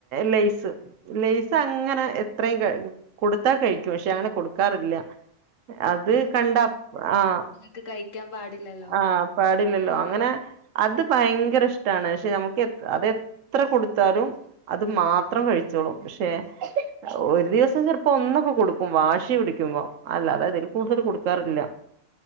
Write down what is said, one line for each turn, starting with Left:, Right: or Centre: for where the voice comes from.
Right: ലൈസ് ലൈസ് അങ്ങനെ എത്രയും ക കൊടുത്താ കഴിക്കും പക്ഷേ അങ്ങനെ കൊടുക്കാറില്ല അത് കണ്ട അപ്പൊ ആഹ്
Left: ക്ക് കഴിക്കാൻ പാടില്ലല്ലോ
Right: ആഹ് പാടില്ലല്ലോ അങ്ങനെ അത് ഭയങ്കര ഇഷ്ടാണ് പക്ഷേ നമുക്ക് എത് അത് എത്ര കൊടുത്താലും അത് മാത്രം കഴിച്ചോളും പക്ഷേ ഒരു ദിവസം ചെറപ്പോ ഒന്നൊക്കെ കൊടുക്കും വാശി പിടിക്കുമ്പോ അല്ലാത അതില് കൂടുതൽ കൊടുക്കാറില്ല